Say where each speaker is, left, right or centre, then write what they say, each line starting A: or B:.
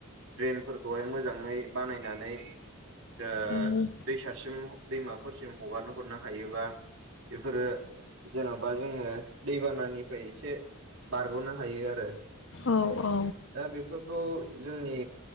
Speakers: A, on the right; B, on the left.
A: ड्रेनफोरखौहाय मोजाङै बानायनानै ओ
B: औ
A: दैसासिम दैमाफोरसिम हगारनो हरनो हायोबा बेफोरो जेन'बा जोङो दै बानानिफ्राय एसे बारग'नो हायो आरो ‌।
B: औ औ
A: दा बेफोरखौ जोंनि